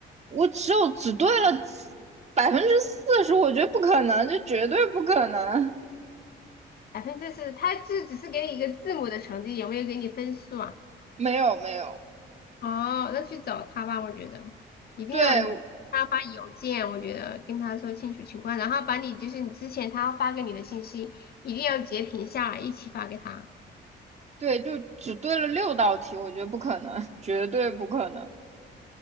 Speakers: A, on the right (about 35°); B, on the left (about 50°).
A: 我只有只对了百分之四十，我觉得不可能，这绝对不可能，
B: 百分之四，他就只是给你一个字母的成绩，有没有给你分数啊？
A: <laughs> 没有没有，
B: 哦，那去找他吧，我觉得一定要你他发邮件，
A: 对
B: 我觉得跟他说清楚情况，然后把你就是你之前他发给你的信息一定要截屏下来，一起发给他。
A: 对，就只对了六道题，我觉得不可能，绝对不可能。